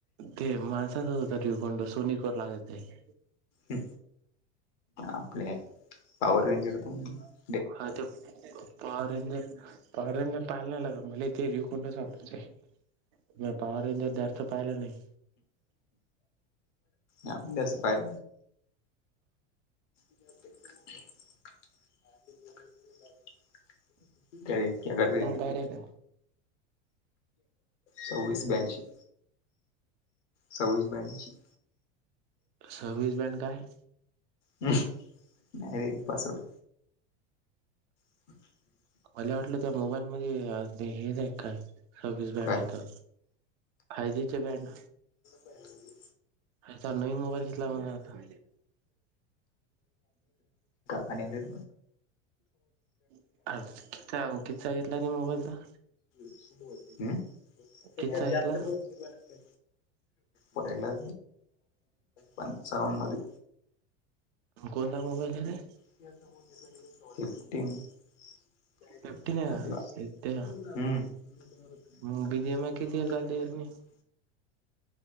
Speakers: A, on the right; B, on the left.
A: ते माणसाातच होत ठिवकोंड सोनिकवर लागत नाही.
B: ह आपपल्यार पावर रेंजर पन
A: हा ते पोरांना पोरांना पाहील नाहीला का मला ते र कुंड सापूनच मिया पाववरीनले जास्त पाहिला नाही.
B: आपल्या च पायात <inaudible> कारीन <unintelligible>
A: काय राहील?
B: सववीस ब्याशी सववीस ब्याशी.
A: सर्विस बॅन काय?
B: नाही रे पासवर्ड. ह <inaudible>
A: मला वाटलं त्या मोबाईल मध्ये ते हेच आहे काय. सववीस बँड
B: काय
A: आहे तो आय जीचे बँड
B: बहि
A: आता नवीन मोबाईल केतला म्हणार आता
B: आणिनिर्
A: किचा किचा किस्सा घेतला त्या मोबाईलचा
B: सुरू होच्यात
A: किचा
B: जास्त
A: घेतला
B: बोटवा लाग पहिला पंचाव मध्ये
A: कोण नामबाल आहे.
B: टिंग टिंग.
A: फिफ्टीन आहे का ते
B: <inaudible>
A: मग बीजीएमआय किती चालते यांनी